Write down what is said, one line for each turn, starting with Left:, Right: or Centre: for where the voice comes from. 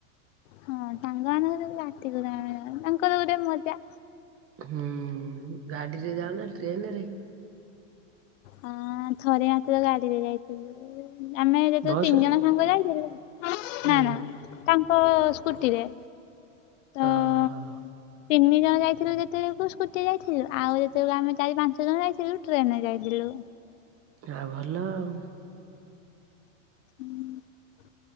Left: ହଁ ସାଙ୍ଗ ମାନଙ୍କର ସହିତ ରାତିକୁ ଆମେ ଯାଉ ତାଙ୍କର ଗୋଟେ ମଜା।
Right: ହୁଁ, ଗାଡିରେ ଯାଅ ନା ଟ୍ରେନ ରେ?
Left: ହଁ ଥରେ ୟାଙ୍କର ଗାଡିରେ ଯାଇଥିଲୁ, ଆମେ ଯେତବେଳେ
Right: ବସରେ
Left: ତିନି ଜଣ ସାଙ୍ଗ ଯାଇଥିଲୁ
Right: ହୁଁ
Left: ନା ନା ତାଙ୍କ ସ୍କୁଟିରେ। ତ
Right: ଓ ହୋ
Left: ତିନି ଜଣ ଯାଇଥିଲୁ ଯେତେବେଳକୁ ସ୍କୁଟିରେ ଯାଇଥିଲୁ, ଆଉ ଯେତେବେଲେ ଆମେ ଚାରି ପାଞ୍ଚ ଜଣ ଯାଇଥିଲୁ ଟ୍ରେନରେ ଯାଇଥିଲୁ।
Right: ହା ଭଲ ଆଉ
Left: ହୁଁ